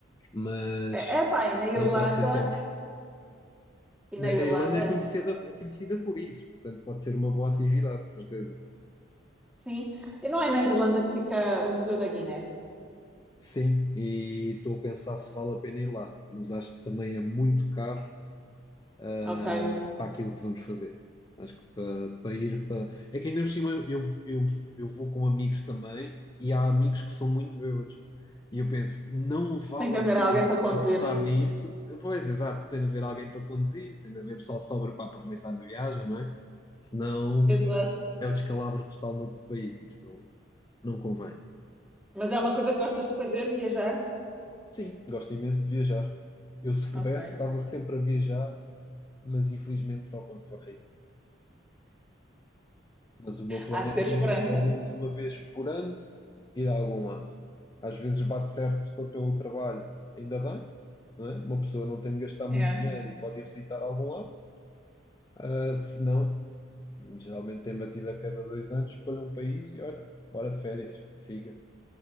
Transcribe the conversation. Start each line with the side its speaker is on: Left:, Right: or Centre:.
Left: Mas
Centre: É, é pá, e na Irlanda,
Left: não pode ser sempre.
Centre: e na
Left: A
Centre: Irlanda,
Left: Irlanda é conhecida, conhecida por isso, portanto, pode ser uma boa atividade, de certeza.
Centre: sim, e não é na Irlanda que fica o Museu da Guinness.
Left: Sim, e estou a pensar se vale a pena ir lá, mas acho que também é muito caro uh,
Centre: Ok.
Left: para aquilo que vamos fazer. Acho que para, para ir para. É que ainda por cima eu, eu, eu vou com amigos também e há amigos que são muito bêbados. E eu penso, não vale
Centre: Tem que haver
Left: a pena
Centre: alguém para conduzir.
Left: apostar nisso. Pois, exato, tem de haver alguém para conduzir, tem de haver pessoal sóbrio para aproveitar a viagem, não é? Senão
Centre: Exato.
Left: é o descalabro total no outro país, isso não, não convém.
Centre: Mas é uma coisa que gostas de fazer, viajar?
Left: Sim, gosto imenso de viajar. Eu, se pudesse,
Centre: Ok.
Left: estava sempre a viajar, mas infelizmente só quando for rico. Mas o meu plano
Centre: Há de
Left: é
Centre: ter
Left: sempre,
Centre: esperança.
Left: pelo menos uma vez por ano, ir a algum lado. Às vezes bate certo se for pelo trabalho, ainda bem, não é? Uma pessoa não tem de gastar muito
Centre: Yeah.
Left: dinheiro e pode ir visitar algum lado. Ah, se não, geralmente tem batido a cada dois anos, escolha um país e olha, bora de férias, siga.